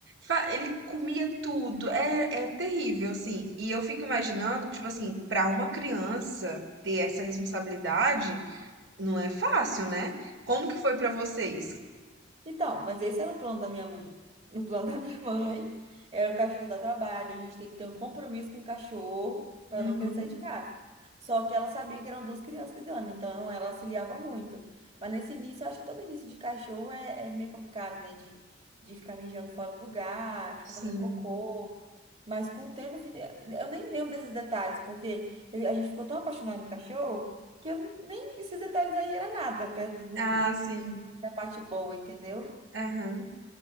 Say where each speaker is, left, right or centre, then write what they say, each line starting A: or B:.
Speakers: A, on the right (about 75°); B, on the right (about 35°).
A: fa- ele comia tudo, é, é terrível, assim. E eu fico imaginando, tipo assim, pra uma criança ter essa responsabilidade, não é fácil, né? Como que foi pra vocês?
B: Então, mas esse era o plano da minha mãe. O plano da minha <laughs> mãe era o cachorro dar trabalho, a gente tem que ter um compromisso com o cachorro para
A: Uhum.
B: não querer sair de casa. Só que ela sabia que eram duas crianças cuidando, então ela auxiliava muito. Mas nesse início, eu acho que todo início de cachorro é, é meio complicado, né? De, de ficar mijando fora do lugar, de ficar
A: Sim.
B: fazendo cocô. Mas com o tempo, eu fi- eu nem lembro desses detalhes, porque eu- a gente ficou tão apaixonado no cachorro que eu nem esses detalhes aí era nada perto do,
A: Ah, sim.
B: da parte boa, entendeu?
A: Aham.